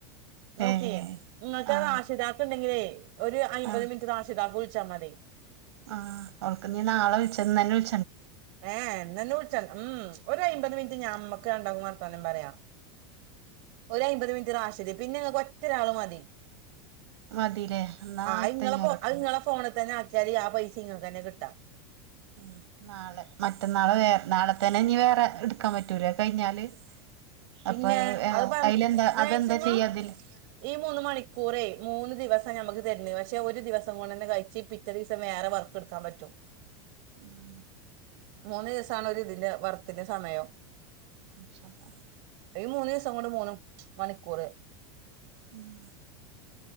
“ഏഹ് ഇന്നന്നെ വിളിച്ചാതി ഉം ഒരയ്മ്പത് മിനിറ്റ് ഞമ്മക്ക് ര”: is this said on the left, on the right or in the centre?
Right